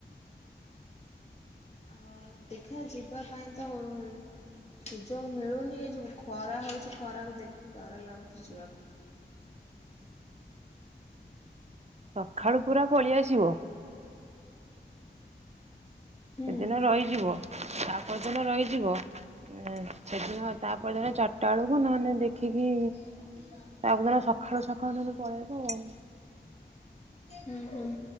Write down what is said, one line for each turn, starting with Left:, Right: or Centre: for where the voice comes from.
Left: ଆଉ ଦେଖିବା ଯିବା ପାଇଁ ତହୁଁ ସୁଯୋଗ ମିଳୁନି ଏ ଯଉ ଖରା ହଉଛି ଖରାକୁ ଦେଖିକି ଡର ଲାଗୁଛି ଯିବା ପାଇଁ।
Right: ସଖାଳୁ ପୁରା ପଳେଇଆସିବ।
Left: ହୁଁ।
Right: ସେଦିନ ରହିଯିବ ତାପରଦିନ ରହିଯିବ। ସେଦିନ ତାପର ଦିନ ଚାରିଟା ବେଳକୁ ନହେନେ ଦେଖିକି
Left: ହୁଁ
Right: ତାପରଦିନ ସଖାଳୁ ସଖାଳୁ ନହେଲେ ପଳେଇବ ଆଉ।
Left: ହୁଁ ହୁଁ।